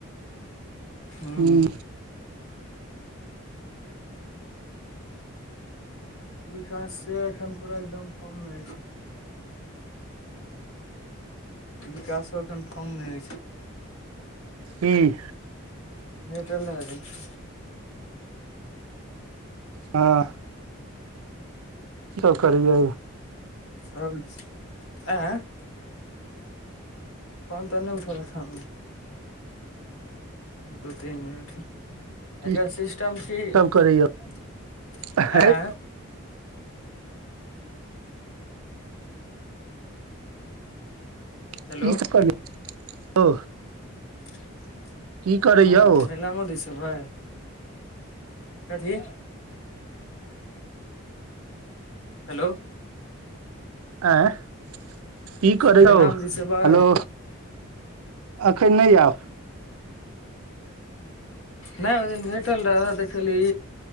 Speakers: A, on the left (about 75°); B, on the right (about 85°).
A: हूं
B: हूँ
A: विकास से एखन पूरा एकदम फम म ऐछ विकासो एखन फर्म मे छै
B: की
A: <unintelligible>
B: हँ की सब करैए
A: <unintelligible> फोन तोन नइ उठबै छैन <inaudible> दू तीन मिनट
B: की
A: एकर सिस्टेम कि
B: सब करै यौ
A: <inaudible>
B: आँय
A: आएँ हेलो
B: <unintelligible>
A: हँ
B: यौ
A: <inaudible>
B: की करै
A: हँ
B: यौ
A: महिलामों दिश आबै कथी हेलो
B: आँ <unintelligible> हेलो
A: महिलाम दिस एबै
B: एखन नहि आओं
A: नहि ओहि दिन भेटल रह ओहे देखली